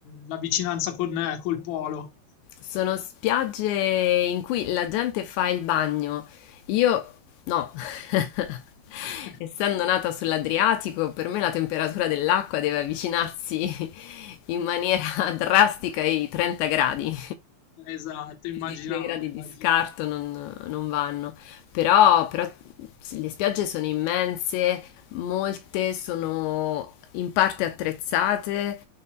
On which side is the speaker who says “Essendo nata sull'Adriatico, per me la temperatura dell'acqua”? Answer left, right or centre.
Left